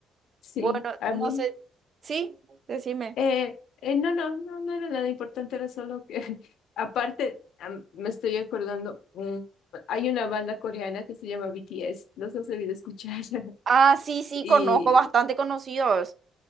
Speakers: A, on the left; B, on the right.
A: Sí,
B: Bueno,
A: a
B: no
A: mí.
B: sé, sí, decime.
A: Eh, eh, no, no, no, no era nada importante, era solo que, <laughs> aparte, am- me estoy acordando, mm, hay una banda coreana que se llama BTS, los has debido escuchar. <laughs>
B: Ah, sí, sí,
A: Y
B: conozco bastante conocidos.